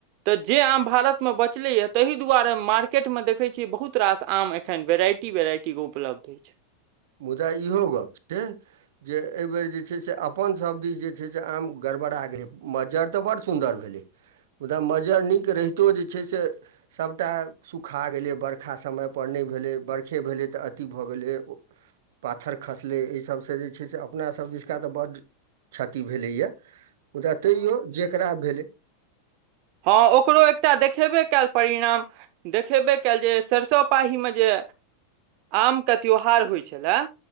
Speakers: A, on the right; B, on the right.
A: तऽ जे आम भारत मे बच बचले या ताहि दुआरे मार्केट मे देखै छियै बहुत रास आम एखन वेराइटी वेराइटीे उपलब्ध छै
B: मुदा इहो गप् छै जे एहिबेर जे छै से अपन सब दिस जे छै से आम ग गरबरा गेलै मज्जर तऽ बड्ड सुन्दर भेलै मुदा मज्जरी नीक रहितो जे छै से सबटा सुखा गेलै बरखा समयपर नहि भेलै बरखे भेलै तऽ अति भऽ गेलै ओ पा्थर खसलै एहि सबसे जे छै से अपनासब दिशका तऽ बड्ड क्षति भेलैए मुदा तैयो जेकरा भेलै
A: हाँ ओकरो एकटा देखेबे कयल परिणाम देखेबे कयल जे सरिसो पाही मे जे आम के त्यौहार होइ छलए